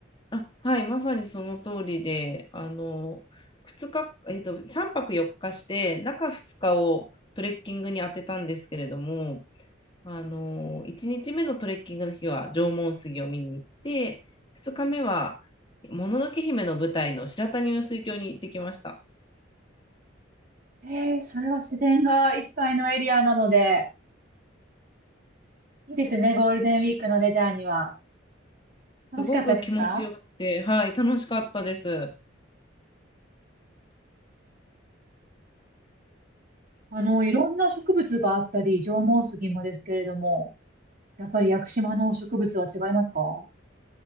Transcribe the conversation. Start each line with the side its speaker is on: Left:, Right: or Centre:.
Left: あ、はい、まさにその通りで、あの、2日、えっと、3泊4日して、中2日をトレッキングに当てたんですけれども、あの、1日目のトレッキングの日は縄文杉を見に行って、2日目は、もののけ姫の舞台の白谷雲水峡に行ってきました。
Right: えー、それは自然がいっぱいのエリアなので、いいですね、ゴールデンウィークのレジャーには。楽しかったですか
Left: すごく気持ちよくて、はい、楽しかったです。
Right: あの、いろんな植物があったり、縄文杉もですけれども、やっぱり屋久島の植物は違いますか